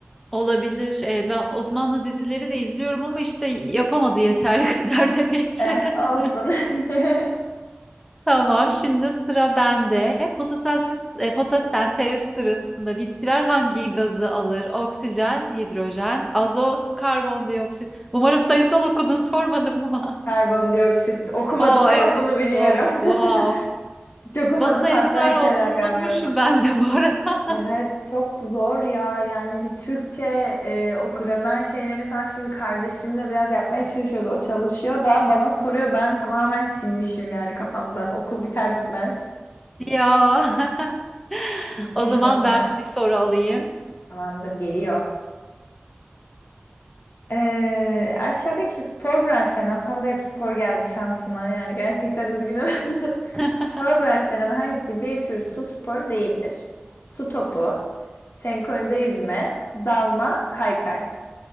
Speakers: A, in the centre; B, on the left (about 65°).
A: Olabilir. Ee, ben Osmanlı dizileri de izliyorum ama işte yapamadı yeterli <laughs> kadar demek ki.
B: Eh,
A: <laughs>
B: olsun. <laughs>
A: Tamam, şimdi sıra bende. Fotosensiz, e, fotosentez sırasında bitkiler hangi gazı alır? Oksijen, hidrojen, azot, karbondioksit. Umarım sayısal okudun, sormadım ama.
B: Karbondioksit. Okumadım
A: <laughs> Oo
B: ama
A: evet,
B: bunu biliyorum.
A: doğru. Wow.
B: <laughs> Çok umadım
A: Bana da
B: hatta
A: yazıklar
B: hiç
A: olsun,
B: alakam
A: unutmuşum
B: yok.
A: ben de bu arada.
B: Evet çok zor ya. Yani bir Türkçe e, o gramer şeylerini falan şimdi kardeşimle biraz yapmaya çalışıyoruz. O çalışıyor da bana soruyor. Ben tamamen silmişim yani kafamdan. Okul biter bitmez.
A: <laughs> Ya. <laughs>
B: Gitmiş
A: O zaman
B: olmuş
A: ben bir soru alayım.
B: tamamdır geliyor. Ee, aşağıdaki spor branşlarından sana da hep spor geldi şansına. Yani gerçekten üzgünüm. <laughs>
A: <laughs>
B: Powerbraçlarının hangisi bir tür su spor değildir? Su topu, senkronize yüzme, dalma, kaykay.